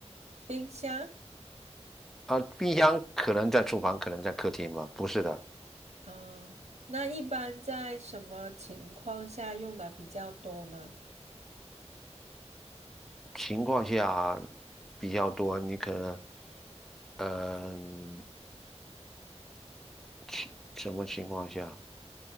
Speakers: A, on the right (about 65°); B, in the centre.
A: 冰箱。
B: 啊、冰箱可能在厨房，可能在客厅吧。不是的，
A: 嗯，那一般在什么情况下用的比较多呢？
B: 情况下比较多，你可能，嗯、情什么情况下？